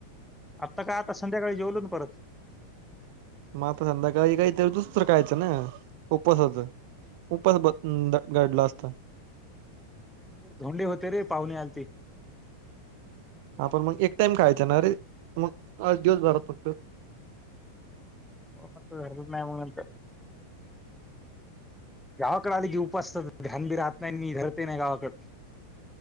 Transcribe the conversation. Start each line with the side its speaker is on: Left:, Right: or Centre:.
Centre: आत्ता काय आता संध्याकाळी जेवलो ना परत.
Right: मग संध्याकाळी काहीतरी दुसतरं कायचं ना उपसाच. उपास ब घडला असतं.
Centre: धोंडी होते रे पाहुणे आलते.
Right: आपण मग एक टाइम खायचा ना रे मग आज दिवस भरात फक्त.
Centre: हो म जर नाहीय नंतर. गावाकडे आले की उपासाचा ध्यान बी राहत नाही आणि मी धरत नाही गावाकडे.